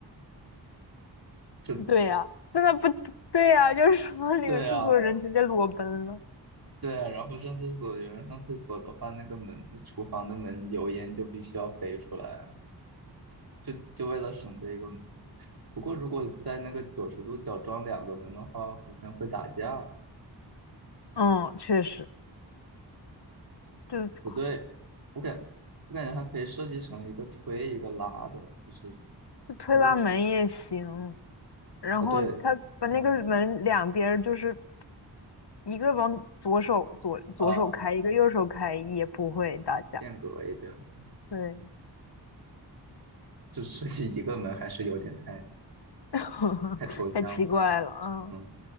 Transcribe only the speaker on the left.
<laughs> 对呀、真的不对呀、就是说里面制作人直接裸奔了，
嗯，确实，就就
推拉门也行。
然后他把那个门两边儿就是
一个往左手左左手开，
一个右手开，也不会打架。
对，
<laughs>
太奇怪了，啊。